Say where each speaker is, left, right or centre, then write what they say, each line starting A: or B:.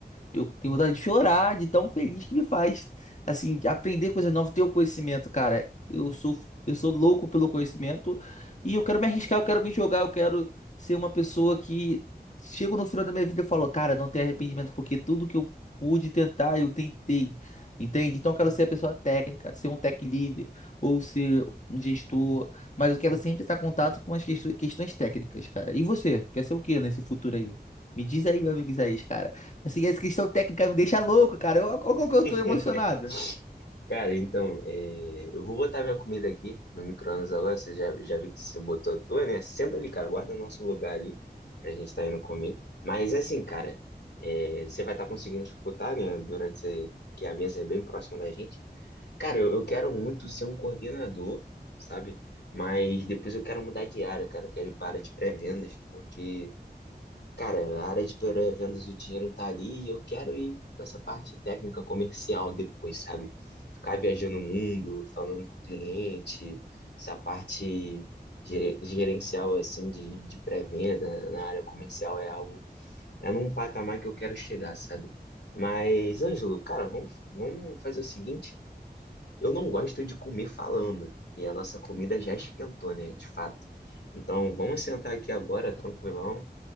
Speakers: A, on the left; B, on the left.
A: eu tenho vontade de chorar de tão feliz que me faz assim, aprender coisas novas, ter o conhecimento, cara. Eu sou, eu sou louco pelo conhecimento e eu quero me arriscar, eu quero me jogar, eu quero ser uma pessoa que chego no final da minha vida e falo, cara, não tenho arrependimento, porque tudo que eu pude tentar, eu tentei. Entende? Então eu quero ser a pessoa técnica, ser um tech lead ou ser um gestor, mas eu quero sempre estar em contato com as questões questões técnicas, cara. E você, quer ser o quê nesse futuro aí? Me diz aí, meu amigo Isaías, cara. Assim, essa questão técnica me deixa louco, cara. Eu, olha como que eu
B: <laughs>
A: tô emocionado.
B: Cara, então, é, eu vou botar minha comida aqui no micro-ondas agora. Você já, já viu que você botou a tua, né? Senta ali, cara, guarda o nosso lugar ali pra gente tá indo comer. Mas assim, cara, é, você vai estar conseguindo escutar, né? Durante esse- que a mesa é bem próxima da gente. Cara, eu, eu quero muito ser um coordenador, sabe? Mas depois eu quero mudar de área, cara. Eu quero ir para a área de pré-vendas, porque Cara, a área de pré-vendas, o dinheiro tá ali e eu quero ir pra essa parte técnica comercial depois, sabe? Ficar viajando o mundo, falando com o cliente, essa parte gere- gerencial, assim, de, de pré-venda na área comercial é algo, é num patamar que eu quero chegar, sabe? Mas, Ângelo, cara, vamos, vamos fazer o seguinte: eu não gosto de comer falando e a nossa comida já esquentou, né? De fato. Então, vamos sentar aqui agora, tranquilão